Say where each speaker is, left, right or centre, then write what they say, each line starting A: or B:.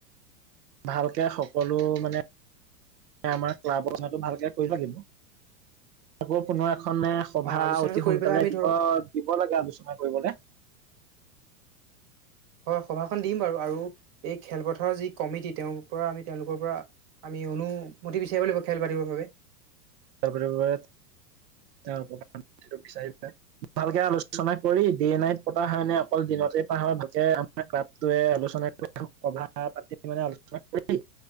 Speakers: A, on the right; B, on the right.
A: ভালকে সকলো মানে আমাৰ ক্লাবৰ মানু ভালকে কৰিব লাগিব। আকৌ কোনো এখনে সভা
B: অ আলোচনাটো
A: অতি
B: কৰি
A: সোনকালে
B: পেলাই আমি
A: দিব
B: ধৰক
A: দিব লাগে আলোচনা কৰিবলে।
B: হয় সভাখন দিম বাৰু আৰু এই খেলপথাৰৰ যি কমিটি তেওঁৰ পৰা আমি তেওঁলোকৰ পৰা। আমি অনুমতি বিচাৰিব লাগিব খেল পাতিবৰ বাবে।
A: <unintelligible> ভালকে আলোচনা কৰি ডে-নাইট পতা হয় নে, অকল দিনতে পতা হয় ভালকে। ক্লাবটোৱে আলোচনা সভাপাতি মানে আলোচনা কৰি।